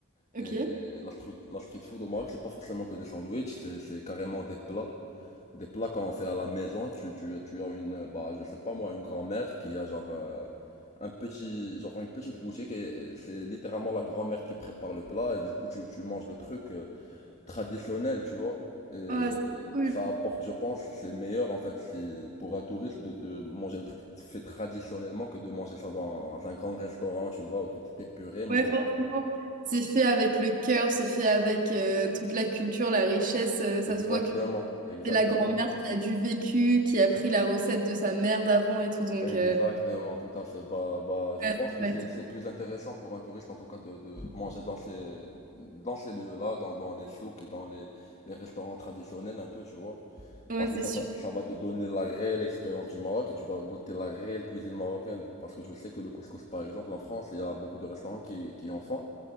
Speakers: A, on the right; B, on the left.
A: Ok.
B: Et la, stru- la street food au Maroc, c'est pas forcément que des sandwichs, c'est, c'est carrément des plats. Des plats qu'on fait à la maison, tu, tu, tu as une, euh, bah, je sais pas moi, une grand-mère qui a genre euh, un petit, genre une petite boutique et et c'est littéralement la grand-mère qui prépare le plat et du coup tu, tu manges le truc euh, traditionnel, tu vois. Et
A: Ah, c'est cool.
B: ça apporte, je pense, c'est meilleur en fait si, pour un touriste de, de manger le truc fait traditionnellement que de manger ça dans un grand restaurant, tu vois, où tout est épuré, mais
A: Ouais, forcément. C'est fait avec le cœur, c'est fait avec euh, toute la culture, la richesse. euh, ça
B: exactement,
A: se voit que
B: exactement.
A: C'est la grand-mère qui a du vécu, qui a pris la recette de sa mère d'avant et tout, donc...
B: Exactement,
A: euh,
B: tout à fait. Bah, bah, je
A: ouais,
B: pense
A: ça
B: que
A: va
B: c'est
A: être-
B: c'est plus intéressant pour un touriste, en tout cas, de, de manger dans ces, dans ces lieux-là, dans, dans les souks et dans les, les restaurants traditionnels, un peu, tu vois.
A: ouais,
B: Parce
A: c'est
B: que ça,
A: sûr.
B: t'a- ça va te donner la réelle expérience du Maroc et tu vas goûter la réelle cuisine marocaine. Parce que je sais que le couscous, par exemple, en France, il y a beaucoup de restaurants qui, qui en font,